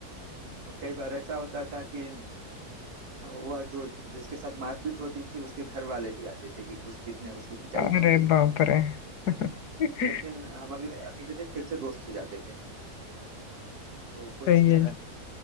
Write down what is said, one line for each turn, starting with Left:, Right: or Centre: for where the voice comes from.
Right: और कई बार ऐसा होता था कि वह जो जिसके साथ मारपीट होती थी उसके घर वाले भी आते थे कि कुछ किसने उसकी पिटाई
Left: अरे
Right: की है
Left: बाप रे <laughs>
Right: लेकिन हम अगले अगले दिन फिर से दोस्त हो जाते थे तो कुछ
Left: सही
Right: अ,
Left: है